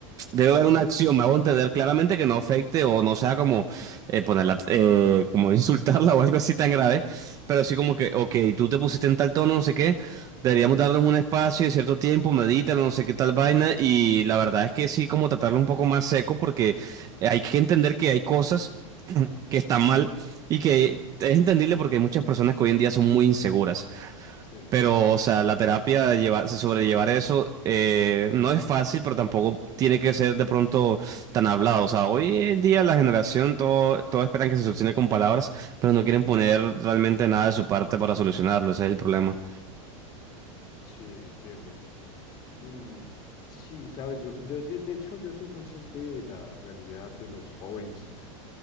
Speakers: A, on the right; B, on the left.
A: Debe haber una acción, me hago entender claramente que no afecte o no sea como eh, ponerla, eh, como <laughs> insultarla o algo así tan grave, pero así como que, ok, tú te pusiste en tal tono, no sé qué, deberíamos darnos un espacio de cierto tiempo, medítalo, no sé qué tal vaina, y la verdad es que sí, como tratarlo un poco más seco, porque hay que entender que hay cosas que están mal y que es entendible porque hay muchas personas que hoy en día son muy inseguras.
B: Sí,
A: Pero, o sea, la terapia, de llevar, sobrellevar eso, eh, no es fácil, pero tampoco tiene que ser de pronto tan hablado. O sea, hoy en día la generación, todo, todo esperan que se solucione con palabras, pero no quieren poner realmente nada de su parte para solucionarlo. Ese es el problema.
B: sí, entiendo. Mm, sí, sabes, yo, yo de, de hecho yo soy consciente de la realidad de los jóvenes